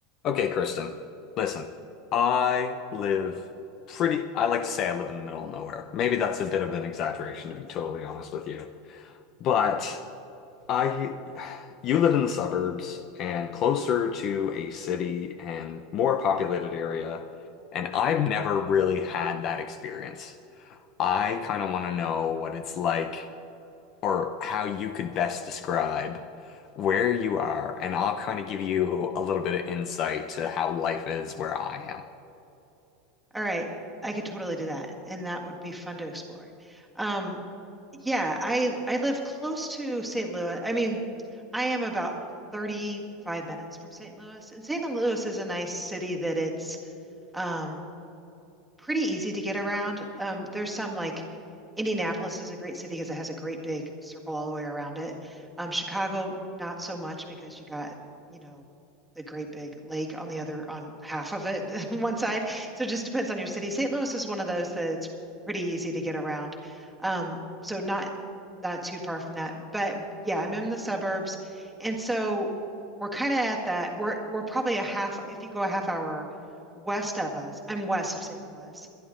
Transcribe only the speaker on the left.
Okay, Kristen, listen, I live pretty, I like to say I live in the middle of nowhere. Maybe that's a bit of an exaggeration, to be totally honest with you. But I, you live in the suburbs and closer to a city and more populated area. And I've never really had that experience. I kind of want to know what it's like or how you could best describe where you are, and I'll kind of give you a little bit of insight to how life is where I am.